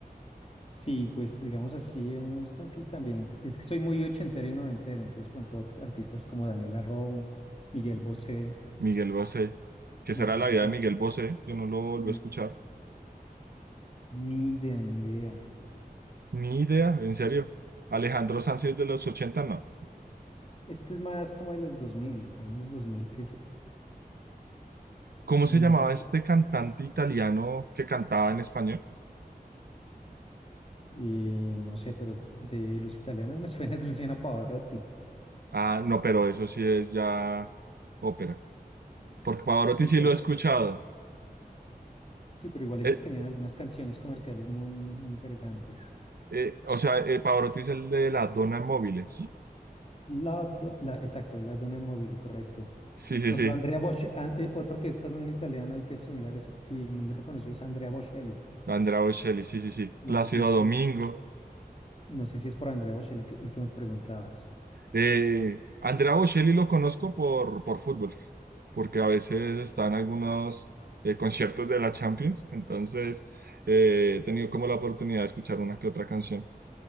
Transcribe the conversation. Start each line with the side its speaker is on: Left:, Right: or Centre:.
Left: Sí, pues digamos así, a mí me gustan, sí, también. Es que soy muy ochentero y noventero, entonces, por ejemplo, act- artistas como Daniela Romo, Miguel Bosé,
Right: Miguel Bosé, que
Left: Marta
Right: será la
Left: Sánchez,
Right: vida de Miguel Bosé, yo no lo volví
Left: mm,
Right: a escuchar.
Left: ni idea, ni idea.
Right: Ni idea, en serio. Alejandro Sanz es de los ochenta no.
Left: Este es más como de los 2000, años 2000, que es...
Right: ¿Cómo se
Left: Es más.
Right: llamaba este cantante italiano que cantaba en español?
Left: Y no sé, pero de los italianos me <laughs> suena es Luciana Pavarotti.
Right: Ah, no, pero eso sí es ya ópera. Porque Pavarotti
Left: Sí,
Right: sí
Left: pero
Right: lo he escuchado.
Left: sí, pero igual ellos
Right: Eh,
Left: tenían algunas canciones comerciales muy, muy interesantes.
Right: eh, o sea, eh, Pavarotti es el de la Donna Móvil, ¿sí?
Left: La, do- la, exacto, la Donna móvil, correcto.
Right: Sí, sí,
Left: Por
Right: sí.
Left: ejemplo, Andrea Bocelli, otro que es también italiano y que es similar es- y muy reconocido es Andrea Bocelli.
Right: Andrea Bocelli, sí, sí, sí. Plácido
Left: No sé si está,
Right: Domingo.
Left: no sé si es por Andrea Bocelli que- el que me preguntabas.
Right: Eh, Andrea Bocelli lo conozco por, por fútbol, porque a veces está en algunos eh, conciertos de la Champions, entonces eh, he tenido como la oportunidad de escuchar una que otra canción,